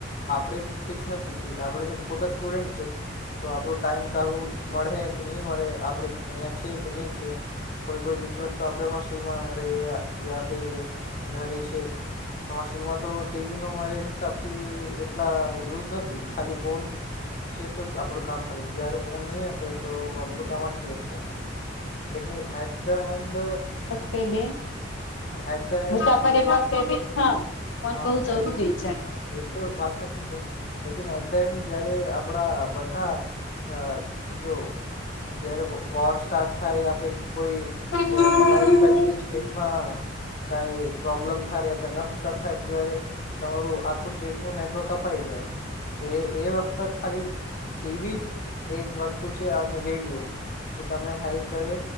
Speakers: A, on the left; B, on the left.
A: આપડે ફિક્સ નથી કે આપડે તો પોતે સ્ટુડન્ટ છે. તો આપડો ટાઈમ કાઢવું મળે કે નહી મળે આપણે અહિયાં છી કે નહી છે. કોઈ કોઈ દિવસ તો આપણેે હોસ્ટેલમાં રહીએ યા ફિર ઘરે છે. હોસ્ટેલમાં તો ટીવી નો મારી હિસાબથી એટલા યુઝ નથી ખાલી ફોન છે તો જ આપડું કામ થારું છે જયારે ફોન નહી હશે તો આપણું કામ અટકી હશે. લેકન એટ ધ એન્ડ
B: તે બે,
A: એટ ધ એન્ડ
B: મુસાફરી હા <unintelligible>
A: હા
B: જરૂરી
A: એડ
B: છે
A: એ તો વાત સાચી છે, લેકન એટ ધ એન્ડ જયારે આપડા બધા આ જો જયારે વોર સ્ટાર્ટ થાય યા કોઈ
B: હા
A: તમારી ેસફિક સ્ટેટમાં કઈ પ્રોબ્લમ થાય દંગા ફસદ થાય. જારે તમારું આખું સ્ટેટ નું નેટવર્ક અપાઈ જાય, એ એ વખત ખાલી ટીવી જ એક વસ્તુ છે અને રેડિયો. કે તમે હેલ્પ કરે,